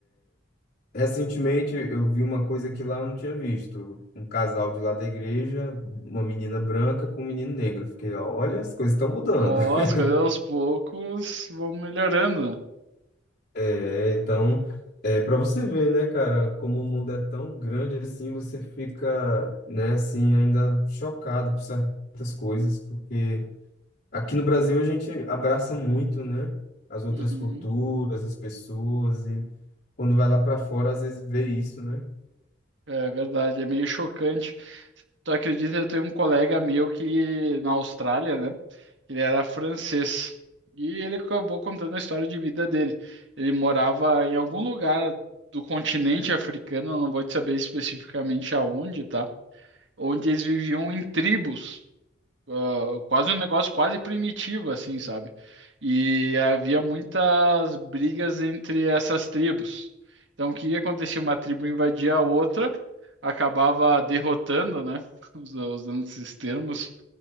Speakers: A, on the left (about 50°); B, on the right (about 65°).
A: recentemente eu vi uma coisa que lá eu não tinha visto. Um casal de lá da igreja, uma menina branca com um menino negro. Eu Fiquei, olha, as coisas estão mudando.
B: Ó,
A: <laughs>
B: as coisas aos poucos vão melhorando.
A: É, então, é para você ver, né, cara, como o mundo é tão grande assim, você fica, né, assim, ainda chocado com certas coisas, porque Aqui no Brasil a gente abraça muito, né? As outras
B: Uhum.
A: culturas, as pessoas e quando vai lá para fora às vezes vê isso, né?
B: É verdade, é meio chocante. Tu acredita, eu tenho um colega meu que na Austrália, né? Ele era francês. E ele acabou contando a história de vida dele. Ele morava em algum lugar do continente africano, eu não vou te saber especificamente aonde, tá? Onde eles viviam em tribos. ah, quase um negócio quase primitivo, assim, sabe? E havia muitas brigas entre essas tribos. Então, o que que acontecia? Uma tribo invadia a outra, acabava derrotando, né? <laughs> Usa- Usando esses termos,